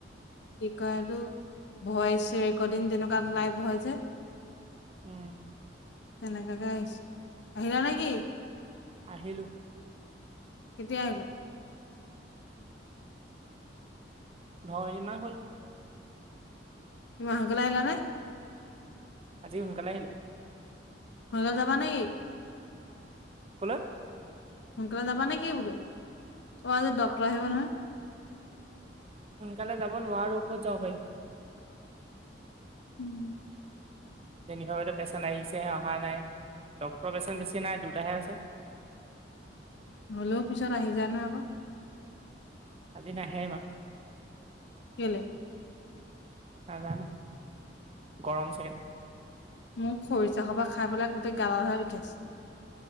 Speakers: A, on the left; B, on the right.
A: কি কয় এইটো ভইচ ৰেকৰ্ডিং তেনেকুৱা লাইভ হয় যে
B: উম
A: তেনেকাকে আহিছে আহিলা নেকি
B: আহিলো
A: কেতিয়া আহিলা
B: নহয় এইমাহ হ'ল
A: ইমান সোনকালে আহিলা নে
B: আজি সোনকালে আহিলো
A: সোনকালে যাবা নে কি
B: কলৈ
A: সোনকালে যাবা নেকি বোলো অ আজি ডক্তৰ আহিব নহয়
B: সোনকালে যাব নোৱাৰোঁ ক'ত যাব পাৰিম
A: উম
B: তেনেকুৱা হয়তো পেচেণ্ট আহিছেহে অহা নাই ডক্তৰৰ পেচেণ্ট বেছি নাই দুটাহে আছে <inaudible>
A: হ'লেও পিছত আহি যায় নহয় আকৌ
B: আজি নাহে ইমান
A: কেলে
B: নাজানো গৰম চাগে
A: মোক খৰিচা সোপা খাই পেলাই গোটেই গাদাল হে বিষাইছে